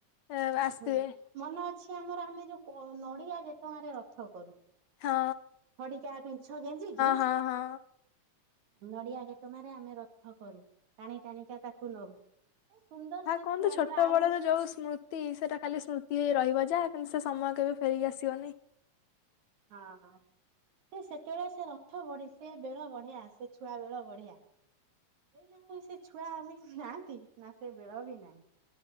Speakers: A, on the left; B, on the right.
A: ଏ ଆସିଥିବେ
B: ହୁଁ ମନେ ଅଛି ଆମର ଆମେ ଯୋଉ କୋ ନଡ଼ିଆ ତମ ଗାଁ ରେ ରଥ କରୁ।
A: ହଁ
B: ଖଡିକା ପିଞ୍ଚ ଗେଞ୍ଜି କି
A: ହଁ ହଁ ହଁ
B: ନଡିଆ ଗେଟମାରେ ଆମେ ରଥ କରୁ ଟାଣି ଟାଣିକା ତାକୁ ନଉ ସେ ସୁନ୍ଦର ସେ
A: କୁହନ୍ତି
B: ଛୁଆ
A: ଛୋଟ
B: ବେଳ ଆଉ
A: ବଳର ଯୋଉ ସ୍ମୃତି ସେଟା ଖାଲି ସ୍ମୃତି ହେଇ ରହିବ ଯାହା କିନ୍ତୁ ସେ ସମୟ କେବେ ଫେରି ଆସିବନି।
B: ହଁ। ସେ ସେତେବେଳେ ସେ ରଥ ବଢି ସେ ବେଳ ବଢିଆ ସେ ଛୁଆ ବେଳ ବଢିଆ। ଆଇନା ଆଉ ସେ ଛୁଆ ଆମେ ନାହାନ୍ତି ନା ସେ ବେଳ ବି ନାହିଁ।